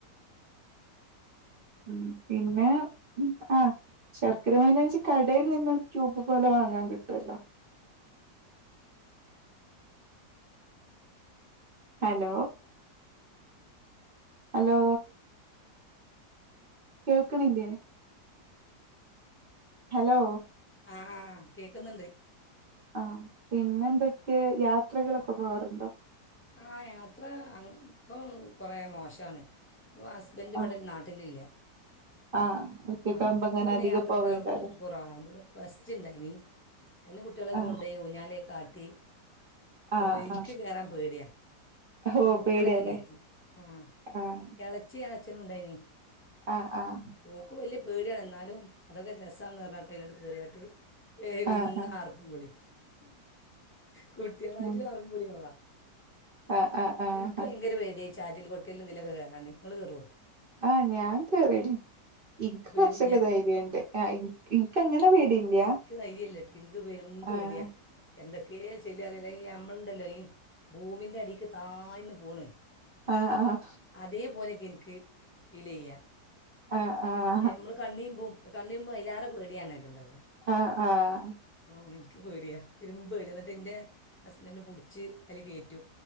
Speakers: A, on the right; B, on the left.
A: ഉ പിന്നെ ആ ശർക്കര മൈലാഞ്ചി കടയിൽ നിന്നും റ്റൂബ്‌ പോലെ വാങ്ങും വാങ്ങാൻ കിട്ടുലോ ഹലോ ഹലോ കേൾക്കണില്ലേ ഹലോ
B: ആഹ് കേക്കുന്നുണ്ട്
A: ആഹ് പിന്നെന്തൊക്കെ യാത്രകളൊക്കെ പോവാറുണ്ടോ
B: ആഹ് യാത്ര അങ്ങ് ഇപ്പം കുറെ മോശമാണ് ഹസ് ബന്റ് ഇവിടെ
A: ആഹ്
B: നാട്ടിലില്ല
A: ആഹ് ഒറ്റക്കാവുമ്പോ
B: ആഹ് അപ്പൊ
A: അങ്ങനെ
B: പിന്നെ
A: അധികം
B: യാത്രൊക്കെ
A: പോവേണ്ടല്ലേ
B: കൊറവാ ഇവിടെ ഫസ്റ്റ് ഇല്ലായിനി അതിന് കുട്ടികളൊക്കെ
A: ആഹ്
B: കൊണ്ടുപോയി ഊഞ്ഞാലെക്കെ ആട്ടി കൊണ്ടോയി
A: ആഹ്
B: ഇനിക്ക്
A: ആഹ്
B: കേറാൻ പേടിയാ
A: ഹോ
B: അപ്പൊ കുട്ടികളൊക്കെ
A: പേടിയാല്ലേ
B: കേറ്റി ഉം
A: ആഹ്
B: ഇളച്ചി ഇളച്ഛനും ഇണ്ടായിനി
A: ആഹ് ആഹ്
B: ഓൾക് വലിയ പേടിയാണ് എന്നാലും അതൊക്കെ രസാണ് പറഞ്ഞാട്ട് അയിൽ കയറിയായിട്ട് പെരും
A: ആഹ് ആഹ്
B: ആർപ്പുംവിളി കുട്ടികളായിട്ട്
A: ഉം
B: ആർപ്പും വിളിയും ഓളാ
A: ആഹ് ആഹ് ആഹ്
B: ഇനിക്ക് ഭയങ്കര വേദിയായി ചാറ്റിൽ കൊട്ടയിലും ഇതിലൊക്കെ കേറാൻ നിങ്ങൾ കെറോ
A: ആഹ് ഞാൻ കേറിനിം ഇനിക്ക്
B: പേടിയില്ല
A: കുറച്ചൊക്കെ ധൈര്യംണ്ട് ആഹ് ഇനിക്ക് അങ്ങനെ പേടില്ല
B: ദൈര്യലട്ടോ ഇന്ക് പെരും പേടിയാ
A: ആഹ്
B: എന്തൊക്കെയ ചെല്ലറിയില്ല ഈ നമ്മളുണ്ടല്ലോ ഈ ഭൂമിന്റെ അടിക്ക് താഴ്ന്ന് പോണ്
A: ആഹ് ആഹ്
B: അതേപോലെയൊക്കെ എനിക്ക് ഫീലേയ്യ
A: ആഹ് ആഹ്
B: നമ്മൾ കണ്ണീമ്പും കണ്ണീമ്പോമ്പോ അയില്ലാറെ പേടിയാണെലോ ഇണ്ടാവാ
A: ആഹ് ആഹ്
B: ആഹ് എനിക്ക് പേടിയാ പെരും പേടിയാ എന്നിട്ട് എന്റെ ഹസ്ബൻന്റ് പിടിച്ച് അതില് കേറ്റും